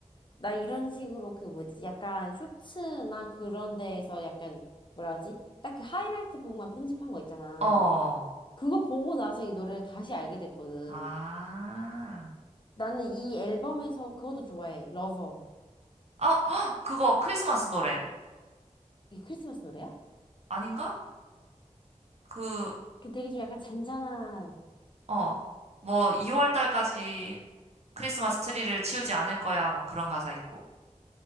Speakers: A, on the left; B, on the right.
A: 나 이런 식으로 그 뭐지? 약간 쇼츠나 그런 데에서 약간 뭐라지? 딱 그 하이라이트 부분만 편집한 거 있잖아.
B: 어,
A: 그거 보고 나서 이 노래를 다시 알게 됐거든.
B: 아,
A: 나는 이 앨범에서 그것도 좋아해. 러버.
B: 어, <gasps> 헉! 그거 크리스마스 노래
A: 이게 크리스마스 노래야?
B: 아닌가? 그,
A: 그 되게 좀 약간 잔잔한.
B: 어, 뭐 2월 달까지 크리스마스 트리를 치우지 않을 거야 막 그런 가사 있고